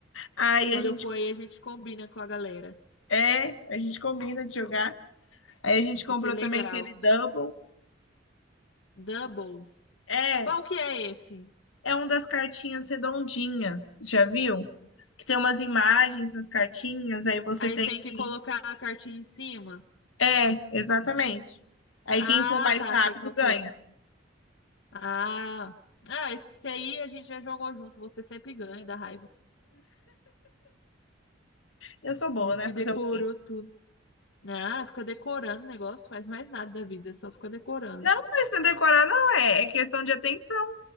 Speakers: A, on the left; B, on the left.
A: Aí
B: Quando
A: a gente,
B: eu for aí, a gente combina com a galera.
A: é, a gente combina de jogar. Aí a gente comprou
B: Isso é legal.
A: também aquele double.
B: Double.
A: É,
B: Qual que é esse?
A: é um das cartinhas redondinhas, já viu? Que tem umas imagens nas cartinhas, aí você
B: Aí
A: tem
B: tem
A: que.
B: que colocar a cartinha em cima.
A: É, exatamente. Aí
B: Ah,
A: quem for mais
B: tá.
A: rápido
B: Sei qual
A: ganha.
B: que é. Ah. Ah, esse aí a gente já jogou junto. Você sempre ganha da raiva.
A: Eu sou boa,
B: Esse
A: né?
B: que
A: Fazer
B: decorou
A: o quê?
B: tudo. Ah, fica decorando o negócio, faz mais nada da vida, só fica decorando.
A: Não, mas não é decorar não é, é questão de atenção.